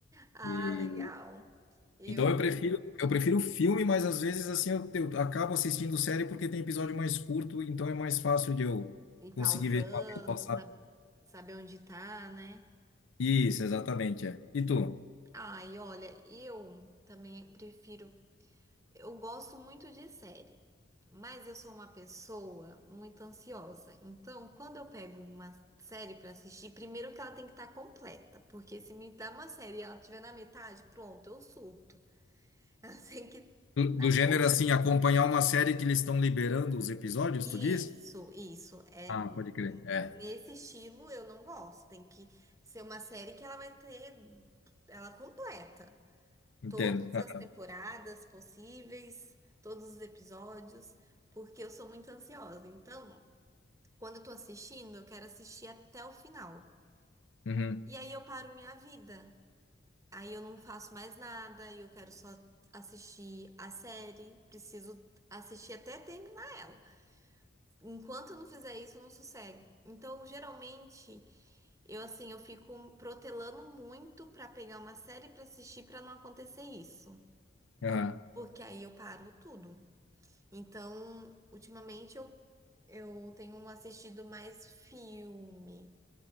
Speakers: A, on the right; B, on the left.
A: Ah,
B: E,
A: legal. Eu
B: então eu prefiro. Eu prefiro filme, mas às vezes assim eu, eu acabo assistindo série porque tem episódio mais curto, então é mais fácil de eu
A: ir
B: conseguir
A: pausando,
B: ver de uma vez só, sabe?
A: sabe, saber onde tá, né?
B: Isso, exatamente, é. E tu?
A: Ai, olha, eu também prefiro Eu gosto muito de série, mas eu sou uma pessoa muito ansiosa. Então, quando eu pego uma série pra assistir, primeiro que ela tem que estar completa, porque se me dá uma série e ela estiver na metade, pronto, eu surto. Ela <laughs> tem que
B: Do,
A: estar
B: do gênero
A: completa.
B: assim, acompanhar uma série que eles estão liberando os episódios,
A: Isso,
B: tu diz?
A: isso. É,
B: Ah, pode crer. É,
A: nesse estilo eu não gosto. Tem que ser uma série que ela vai ter ela completa.
B: entendo.
A: todas as
B: Ah,
A: temporadas possíveis, todos os episódios, porque eu sou muito ansiosa. Então, quando eu tô assistindo, eu quero assistir até o final.
B: Uhum,
A: E aí eu paro minha vida. Aí eu não faço mais nada, eu quero só assistir a série, preciso assistir até terminar ela. Enquanto eu não fizer isso, eu não sossego. Então, geralmente, eu assim, eu fico protelando muito pra pegar uma série pra assistir pra não acontecer isso,
B: aham,
A: porque aí eu paro tudo. Então, ultimamente eu, eu tenho assistido mais filme,